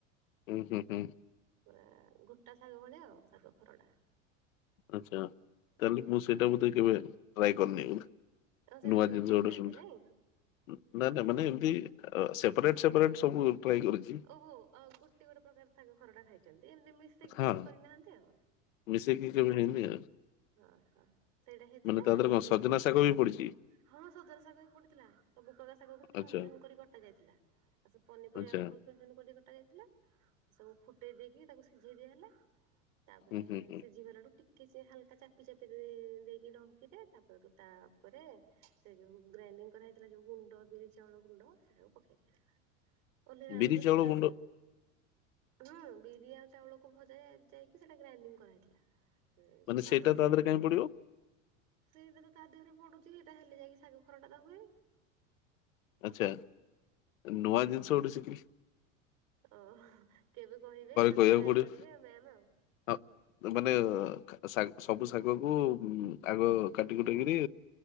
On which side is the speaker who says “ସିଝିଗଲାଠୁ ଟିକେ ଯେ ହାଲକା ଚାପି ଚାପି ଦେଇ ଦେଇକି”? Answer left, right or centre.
Right